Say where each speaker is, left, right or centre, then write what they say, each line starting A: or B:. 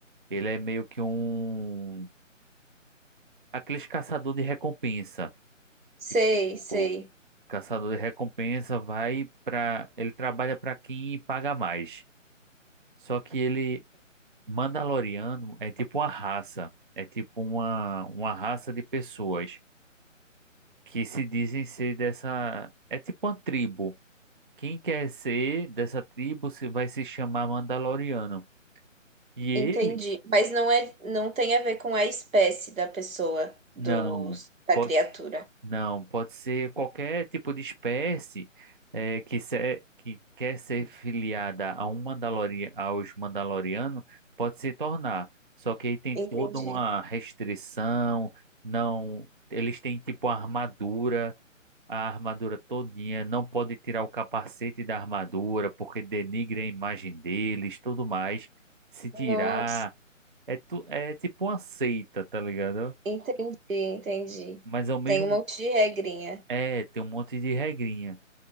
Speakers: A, on the right; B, on the right.
A: ele é meio que um. Aqueles caçador de recompensa.
B: sei,
A: Tipo.
B: sei.
A: Caçador de recompensa vai para. Ele trabalha para quem paga mais. Só que ele, Mandaloriano, é tipo uma raça. É tipo uma, uma raça de pessoas que se dizem ser dessa. É tipo uma tribo. Quem quer ser dessa tribo se vai se chamar Mandaloriano. E ele,
B: Entendi. Mas não é, não tem a ver com a espécie da pessoa, do,
A: não.
B: da
A: pode.
B: criatura.
A: Não, pode ser qualquer tipo de espécie eh, que, se- que quer ser filiada a um Mandalori- aos Mandalorianos pode se tornar. Só que aí tem
B: Entendi.
A: toda uma restrição, não, eles têm tipo a armadura, a armadura todinha, não pode tirar o capacete da armadura porque denigre a imagem deles, tudo mais. Se tirar,
B: Nossa,
A: é, tu, é tipo uma seita, tá ligado?
B: entendi, entendi.
A: Mas ao mesmo
B: Tem um monte de regrinha.
A: é, tem um monte de regrinha.